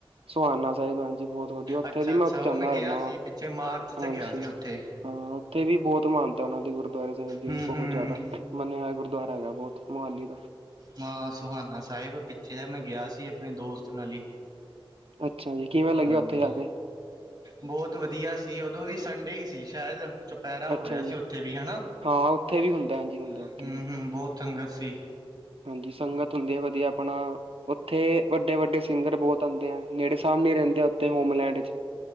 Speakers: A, on the right; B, on the right.
A: ਸੁਹਾਨਾ ਸਾਹਿਬ ਹਾਂਜੀ ਬਹੁਤ ਵਧੀਆ ਉੱਥੇ
B: ਅੱਛਾ
A: ਦੀ,
B: ਅੱਛਾ
A: ਮੈਂ ਜਾਂਦਾ
B: ਉਹ ਮੈਂ ਗਿਆ
A: ਰਹਿੰਦਾ
B: ਸੀ
A: ਵਾਂ
B: ਪਿੱਛੇ ਮਾਰਚ ਚ
A: ਹਾਂਜੀ
B: ਗਿਆ ਸੀ ਉੱਥੇ।
A: ਹਾਂ ਉੱਥੇ ਵੀ ਬਹੁਤ ਮਹਾਨਤਾ ਉਹਨਾਂ ਦੇ ਗੁਰਦੁਆਰੇ ਸਾਹਿਬ ਦੀ
B: ਹਮ
A: ਵੀ ਬਹੁਤ
B: ਹਮ
A: ਜ਼ਿਆਦਾ। ਮੰਨਿਆ ਹੋਇਆ ਗੁਰਦੁਆਰਾ ਹੈਗਾ ਬਹੁਤ ਮੋਹਾਲੀ ਦਾ।
B: ਮਾਂ ਸੁਹਾਨਾ ਸਾਹਿਬ ਪਿੱਛੇ ਜਹਾ ਮੈਂ ਗਿਆ ਸੀ ਆਪਣੇ ਦੋਸਤ ਨਾਲ ਈ।
A: ਅੱਛਾ ਜੀ ਕਿਵੇਂ ਲੱਗਿਆ
B: ਹਾਂਜੀ।
A: ਉੱਥੇ ਜਾ ਕੇ
B: ਬਹੁਤ ਵਧੀਆ ਸੀ ਉਦੋਂ ਵੀ ਸੰਡੇ ਹੀ ਸੀ ਸ਼ਾਇਦ। ਚੁਪਹਿਰਾ ਹੋ
A: ਅੱਛਾ
B: ਰਿਹਾ ਸੀ
A: ਜੀ
B: ਉੱਥੇ ਵੀ ਹਨਾ। ਹੂੰ,
A: ਹਾਂ ਉੱਥੇ ਵੀ ਹੁੰਦਾ ਹਾਂਜੀ ਹੁੰਦਾ ਉੱਥੇ ਵੀ
B: ਹੂੰ ਬਹੁਤ ਸੰੰਗਤ ਸੀ।
A: ਹਾਂਜੀ ਸੰਗਤ ਹੁੰਦੀ ਹੈ ਵਧੀਆ ਆਪਣਾ ਉੱਥੇ ਵੱਡੇ ਵੱਡੇ ਸਿੰਗਰ ਬਹੁਤ ਆਉਂਦੇ ਆ। ਨੇੜੇ ਸਾਹਮਣੇ ਰਹਿੰਦੇ ਆ ਉੱਥੇ ਹੋਮਲੈਂਡ ਚ।